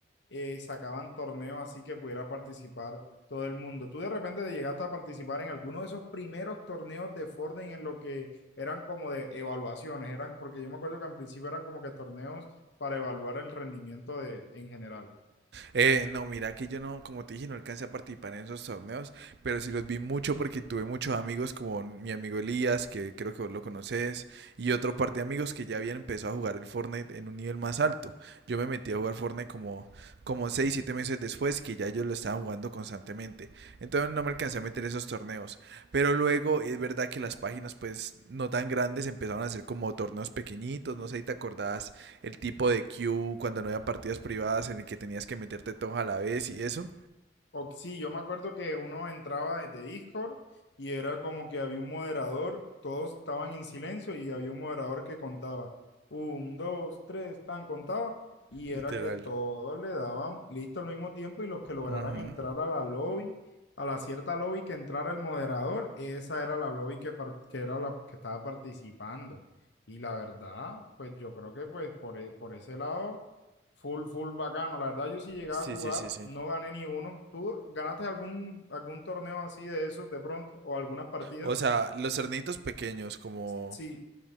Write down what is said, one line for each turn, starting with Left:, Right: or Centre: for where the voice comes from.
Left: eh, sacaban torneos así que pudiera participar todo el mundo. Tú de repente llegaste a participar en alguno de esos primeros torneos de Fortnite en lo que eran como de evaluaciones, eran porque yo me acuerdo que en principio eran como que torneos para evaluar el rendimiento de, en general.
Right: Eh, no, mira que yo no, como te dije, no alcancé a participar en esos torneos, pero sí los vi mucho porque tuve muchos amigos como mi amigo Elías, que creo que vos lo conoces, y otro par de amigos que ya habían empezado a jugar el Fortnite en un nivel más alto. Yo me metí a jugar Fortnite como, como 6 7 meses después que ya yo lo estaba jugando constantemente. Entonces no me alcancé a meter esos torneos. Pero luego es verdad que las páginas pues no tan grandes empezaron a hacer como torneos pequeñitos, no sé si te acordás el tipo de queue cuando no había partidas privadas en el que tenías que meterte todos a la vez y eso.
Left: O- sí, yo me acuerdo que uno entraba desde Discord y era como que había un moderador, todos estaban en silencio y había un moderador que contaba. Un, dos, tres, tan contaba. Y era
Right: Literal.
Left: que todos le daban listo al mismo tiempo y los que lograran
Right: Ujú.
Left: entrar a la lobby, a la cierta lobby que entrara el moderador, esa era la lobby que, par- que era la que estaba participando. Y la verdad, pues yo creo que pues por, e- por ese lado. Full, full bacano. La verdad, yo sí llegaba
Right: Sí,
Left: a jugar,
Right: sí, sí, sí.
Left: no gané ni uno. ¿Tú ganaste algún, algún torneo así de esos de pronto o algunas partidas?
Right: O sea, los cernitos pequeños como
Left: Sí,